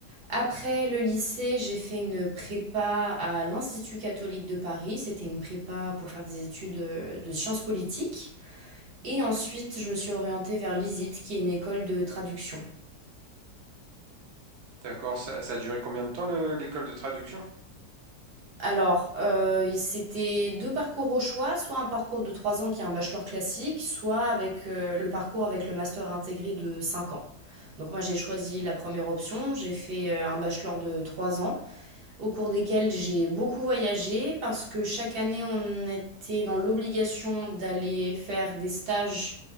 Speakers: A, on the right; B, on the right.
A: Après le lycée, j'ai fait une prépa à l'Institut catholique de Paris. C'était une prépa pour faire des études euh, de sciences politiques. Et ensuite, je me suis orientée vers l'ISIT, qui est une école de traduction.
B: D'accord, ça, ça a duré combien de temps le- l'école de traduction?
A: Alors, heu, il c'était 2 parcours au choix, soit un parcours de 3 ans qui est un bachelor classique, soit avec, heu, le parcours avec le master intégré de 5 ans. Donc moi, j'ai choisi la première option, j'ai fait, heu, un bachelor de 3 ans, au cours desquels j'ai beaucoup voyagé parce que chaque année, on était dans l'obligation d'aller faire des stages